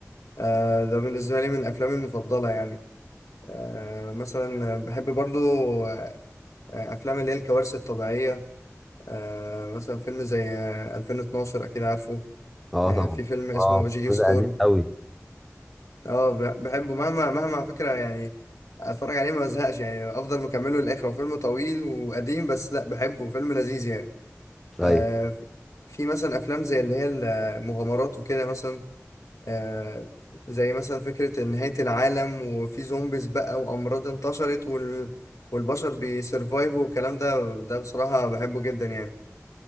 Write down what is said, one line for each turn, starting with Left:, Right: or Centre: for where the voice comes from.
Left: أه ده بالنسبه لي من افلامي المفضله يعني أه مثلا آه، بحب برضو آه، افلام اللي هي الكوارث الطبيعيه أه مثلا فيلم زي آه، 2012 اكيد عارفه
Centre: اه
Left: أه
Centre: طبعا
Left: في فيلم اسمه
Centre: اه
Left: جيو
Centre: ده
Left: ستورم
Centre: قديم قوي
Left: اه ب- بحبه مهما مهما على فكره يعني اتفرج عليه ما بزهقش يعني افضل مكمله للاخر هو فيلم طويل وقديم بس لا بحبه فيلم لذيذ يعني
Centre: ايوه
Left: آه، في في مثلا افلام زي اللي هي المغامرات وكده مثلا آه، زي مثلا فكرة نهاية العالم وفي زومبيز بقى وامراض انتشرت وال... والبشر بيسرفايفوا والكلام ده ده بصراحة بحبه جدا يعني